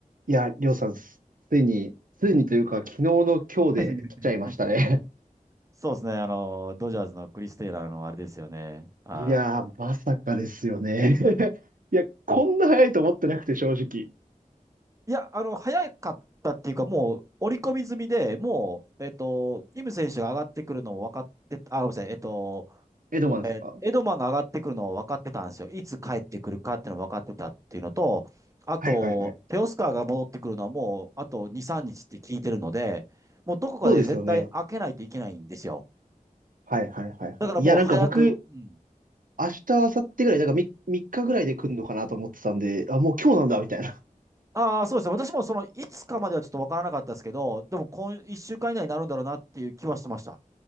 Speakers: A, on the right; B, on the right.
A: いや、りょうさん、すついに、ついにというか、昨日の今日で来ちゃいましたね。
B: <laughs> そうですね。あの、ドジャースのクリス・テイラーのあれですよね。
A: <laughs>
B: は
A: いやー、まさかですよね。<laughs> いや、こんな早いと思ってなくて、正直。
B: い。いや、あの、早かったっていうか、もう、織り込み済みで、もう、えっと、イム選手が上がってくるのも分かってた、あ、ごめんなさい、えっと、
A: エドマンですか
B: えーエドマンが上がってくるのを分かってたんですよ。いつ帰ってくるかっていうのを分かってたっていうのと、あと、
A: はいはいはい。
B: テオスカーが戻ってくるのはもう、あと2、3日って聞いてるので、もうどこかで絶対開けないといけないんですよ。
A: そうですよね。はいはいはいはい。
B: だからもう早く、
A: いや、なんか僕、
B: うん
A: 明日、明後日ぐらい、なんかみ3、日ぐらいで来るのかなと思ってたんで、あ、もう今日なんだ、みたいな。
B: ああ、そうですね。私もその、いつかまではちょっとわからなかったですけど、でも今、一週間以内になるんだろうなっていう気はしてました。